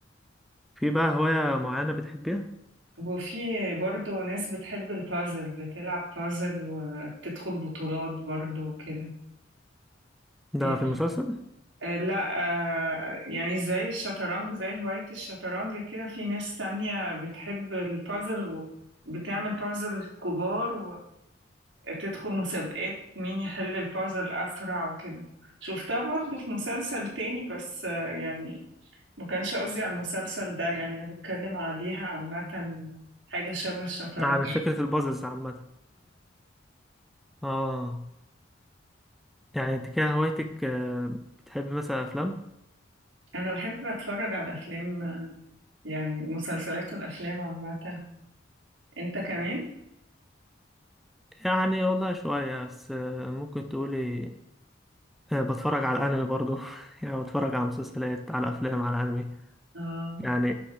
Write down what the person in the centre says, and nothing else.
في بقى هواية معينة بتحبيها
ده
في المسلسل
عن فكرة البازلز عامة اه يعني انت كده هوايتك آه، بتحبي مثلا افلام
يعني والله شوية بس آه، ممكن تقولي آه، بتفرج على الأنمي برضو <laughs> يعني بتفرج على مسلسلات على أفلام على أنمي
يعني